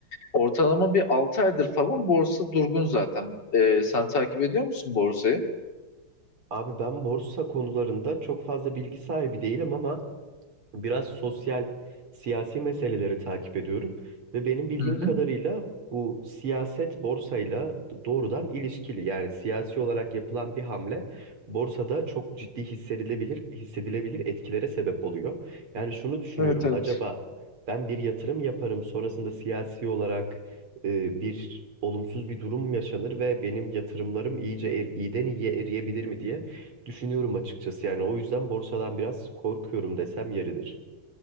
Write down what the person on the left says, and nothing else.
Ortalama bir 6 aydır falan borsa durgun zaten. E, sen takip ediyor musun borsayı?
Hı hı.
Evet evet.